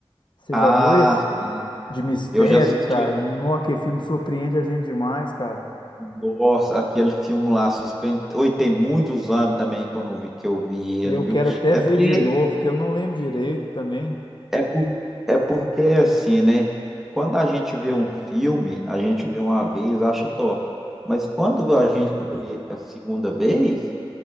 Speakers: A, on the left (about 50°); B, in the centre.
A: Você
B: Ah,
A: já viu esse?
B: sim.
A: de mistério,
B: Eu já assisti
A: cara.
B: ele.
A: Nossa, que filme surpreende a gente demais, cara.
B: Nossa, aquele filme lá, suspense. Oi, tem muitos anos também que eu não vi, que eu vi ele,
A: Eu
B: viu?
A: quero até
B: É
A: ver
B: porque
A: de novo, que eu não lembro direito também.
B: É, por, é porque assim, né? Quando a gente vê um filme, a gente vê uma vez, acha top. Mas quando a gente vê a segunda vez,